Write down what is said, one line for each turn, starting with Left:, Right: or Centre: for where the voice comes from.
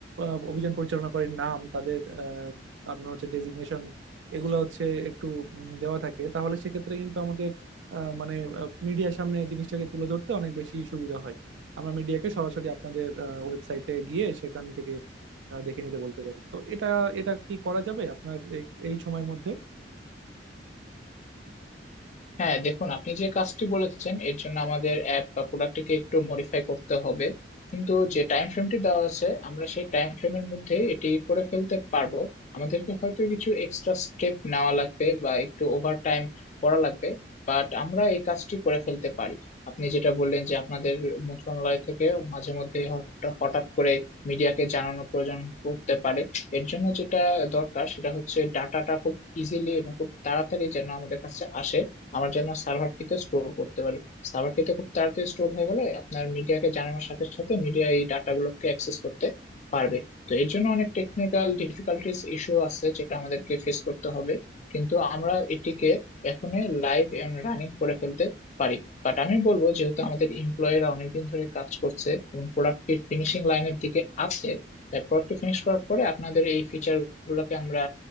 Right: আহ, অভিযান পরিচালনা করে নাম তাদের আহ, আপনার হচ্ছে ডেজিগনেশন এগুলো হচ্ছে একটু উম, দেওয়া থাকে তাহলে সেক্ষেত্রে কিন্তু আমাদের আহ, মানে মিডিয়ার সামনে জিনিসটাকে তুলে ধরতে অনেক বেশি সুবিধা হয় আমরা মিডিয়াকে সরাসরি আপনাদের ওয়েবসাইটে গিয়ে সেখান থেকে আহ, দেখে নিতে বলতে পারি তো এটা এটা কি করা যাবে আপনার এ- এই সময়ের মধ্যে
Left: হ্যাঁ দেখুন আপনি যে কাজটি বলেছেন এর জন্য আমাদের অ্যাপ বা প্রোডাক্টটিকে একটু মডিফাই করতে হবে কিন্তু যে টাইম ফ্রেমটি দেওয়া আছে আমরা সেই টাইম ফ্রেমের মধ্যে এটি করে ফেলতে পারবো আমাদেরকে হয়তো কিছু এক্সট্রা স্টেপ নেওয়া লাগবে বা একটু ওভার টাইম করা লাগবে বাট আমরা এই কাজটি করে ফেলতে পারি আপনি যেটা বললেন যে আপনাদের মন্ত্রণালয় থেকে মাঝে মধ্যে হঠাৎ হঠাৎ করে মিডিয়াকে জানানোর প্রয়োজন পড়তে পারে এর জন্য যেটা দরকার সেটা হচ্ছে ডাটাটা খুব ইজিলি এবং খুব তাড়াতাড়ি যেন আমাদের কাছে আসে আমার যেন সার্ভারটিতে স্টোর করতে পারি সার্ভারটিতে খুব তাড়াতাড়ি স্টোর হয়ে গেলে আপনার মিডিয়াকে জানানোর সাথে সাথে মিডিয়া এই ডাটাগুলোকে অ্যাক্সেস করতে পারবে তো এর জন্য অনেক টেকনিক্যাল ডিফিকাল্টিস ইস্যু আছে যেটা আমাদেরকে ফেস করতে হবে কিন্তু আমরা এটিকে এখনই লাইভ এন্ড রানিং করে ফেলতে পারি বাট আমি বলবো যেহেতু আমাদের এমপ্লয়িরা অনেকদিন ধরে কাজ করছে এবং প্রোডাক্টটি ফিনিশিং লাইনের দিকে আছে তাই প্রোডাক্টটি ফিনিশ করার পরে আপনাদের এই ফিচার গুলোকে আমরা